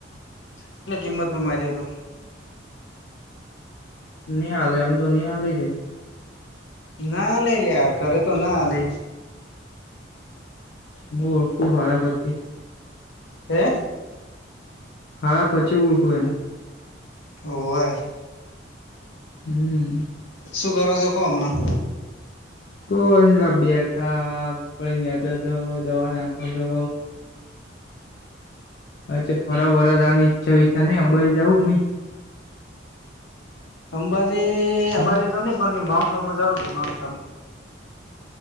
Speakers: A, on the left; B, on the left.
A: એટલે કિંમતમાં માગ્યો હતો.
B: નિ હાલે આમ તો નિ હાલે કે
A: એ ના હાલે લ્યા કરે તો ના હાલે
B: હું ઊઠું ખારા પછી
A: હે.
B: હાળા પછી ઊઠું એને
A: હોવે
B: હમ્મ.
A: શું કરો છો કો હમણાં
B: કોઈને લા બેઠા કોઈને યાદો છો દવા નાખો છો અચ્છા ફરવા બરવા જવાની ઈચ્છા વિછા નઈ અંબાજી જાઉં કે નહી.
A: અંબાજી
B: હમ
A: અંબાજી તો નઈ પણ માઉન્ટમાં જવું છે માઉન્ટ આબુ